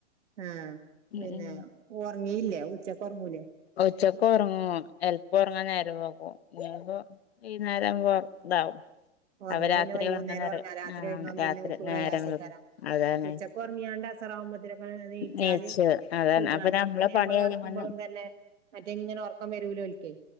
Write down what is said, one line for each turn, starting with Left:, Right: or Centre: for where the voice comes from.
Right: ആ പിന്നെ
Left: ഉം ഉം
Right: ഒർങ്ങീല്ല ഉച്ചക്ക് ഒറങ്ങൂല
Left: ഉച്ചക്ക ഒർങ്ങൂ എൽപ്പം ഒർങ്ങാൻ നേരംവെകും ഇഞ്പ്പോ ഈ നേരവുമ്പോ ഇതാവും
Right: ഒറങ്ങിയ
Left: അവ രാത്രി
Right: പിന്നെ വൈകുന്നേരഒറങ്ങാ
Left: ഒറങ്ങുന്നേരം
Right: രാത്രി
Left: ആഹ്
Right: ഉറങ്ങ
Left: രാത്രി
Right: പിന്നോൽക് പ്രയാസായിക്കാരം.
Left: നേരം വൈകും അതാണ്
Right: ഉച്ചക്ക് ഒറങ്ങിയാണ്ട അസറാവുമ്പത്തിനൊക്കെ നീച്ചാല്
Left: നീച്ച് അതാണ്
Right: സുഖാണ്.
Left: അപ്പൊ നമ്മളെ
Right: പിന്നെ
Left: പണി
Right: മ്മള്
Left: കഴിയുമ്പോന്ന്
Right: കെട്ക്കുമ്പൊള് ന്തെ പിന്നെ മറ്റെങ്ങനെ ഒറക്കം വെരുലോൽക്കെ